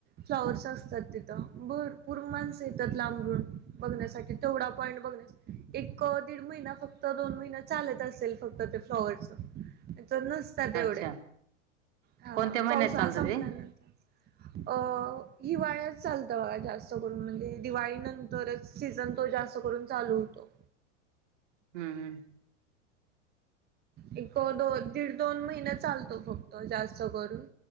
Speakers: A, on the right; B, on the right.
A: फ्लॉवर्स असतात तिथं. भरपूर माणस येतात लांबरून बघण्यासाठी, तेवढा पॉईंट बघ एक दीड महिना फक्त दोन महिना चालत असेल, फक्त ते फ्लॉवरच. तर नसतात एवढे.
B: अच्छा
A: हा,
B: कोणत्या महिन्यात
A: पावसाळा
B: चालतं
A: संपल्यानंतर.
B: ते
A: अ हिवाळ्या चालत बघा जास्त करून म्हणजे दिवाळी नंतरच सीझन तो जास्त करून चालू होतो.
B: हम्म
A: एक, दो दीड -दोन महिने चालतो फक्त, जास्त करून.